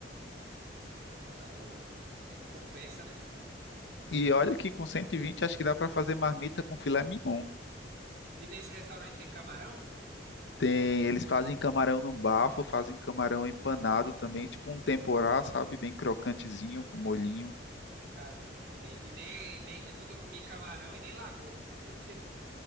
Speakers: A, on the right; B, on the left.
A: Não, tá louco, ué. Aí não compensa, né?
B: E olha que com 120 acho que dá para fazer marmita com filé mignon.
A: E nesse restaurante tem camarão?
B: Tem, eles fazem camarão no bafo, fazem camarão empanado também, tipo um temporá, sabe? Bem crocantezinho, com molhinho.
A: Cara, eu nunca comi. E nem, nem, eu nunca comi camarão e nem lagosta, você acredita?